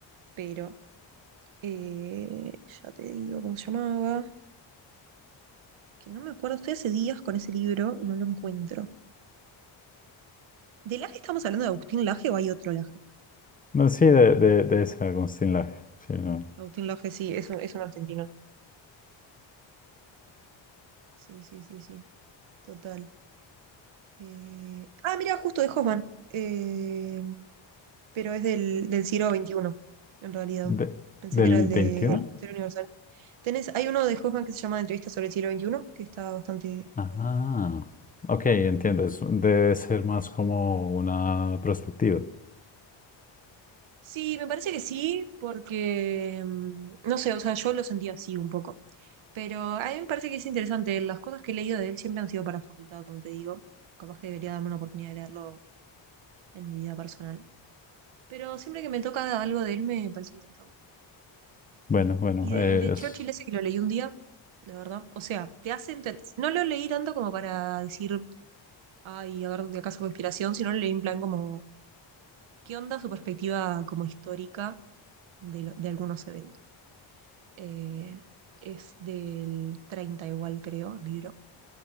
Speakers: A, on the right (about 90°); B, on the left (about 20°).
A: Pero eh, ya te digo cómo se llamaba. Que no me acuerdo. Estoy hace días con ese libro y no lo encuentro. ¿De Laje estamos hablando de Agustín Laje o hay otro Laje?
B: No, sí, de, de, de ese Agustín Laje, sí, no.
A: Agustín Laje, sí, es un, es un argentino. Sí, sí, sí, sí. Total. Eh, Ah, mira, justo de Hoffman. Eh, pero es del, del siglo veintiuno en realidad.
B: De-
A: Pensé
B: ¿del
A: que era el
B: veintiuno
A: de No. Historia Universal. Tenés, hay uno de Hoffman que se llama Entrevista sobre el siglo XXI, que está bastante bueno
B: Ah,
A: también.
B: ok, entiendo, es- debe ser más como una perspectiva.
A: Sí, me parece que sí, porque mm, no sé, o sea, yo lo sentí así un poco. Pero a mí me parece que es interesante. Las cosas que he leído de él siempre han sido para facultad, como te digo. Capaz que debería darme una oportunidad de leerlo en mi vida personal. Pero siempre que me toca algo de él me parece interesante.
B: Bueno, bueno,
A: Y de-
B: eh,
A: el de
B: es...
A: Churchill ese que lo leí un día, la verdad. O sea, te hace enten- No lo leí tanto como para decir, ay, a ver de acá su inspiración, sino lo leí en plan como, ¿qué onda su perspectiva como histórica de, lo- de algunos eventos? Eh, es del 30 igual, creo, el libro.